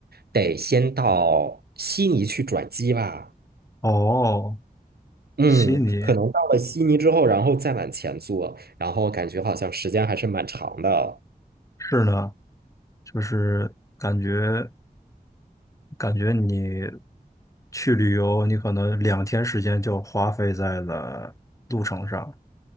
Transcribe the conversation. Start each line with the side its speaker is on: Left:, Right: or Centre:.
Right: 得先到悉尼去转机吧。
Left: 哦，
Right: 嗯，
Left: 悉尼
Right: 可能到了悉尼之后，然后再往前坐，然后感觉好像时间还是蛮长的。
Left: 是呢，就是感觉。感觉你去旅游，你可能两天时间就花费在了路程上。